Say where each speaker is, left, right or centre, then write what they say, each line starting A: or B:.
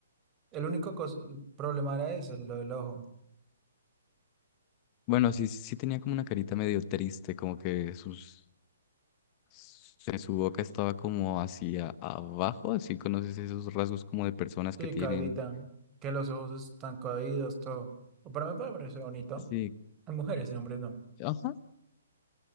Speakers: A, on the right; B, on the left.
A: El único cos- el problema era ese, lo del ojo.
B: Bueno, sí, sí tenía como una carita medio triste, como que sus Se- Su boca estaba como hacia abajo, así conoces esos rasgos como de personas
A: Sí,
B: que tienen...
A: caídita. Que los ojos están caídos, todo. O para mí me parece bonito.
B: Sí,
A: En mujeres, en hombres no.
B: ajá.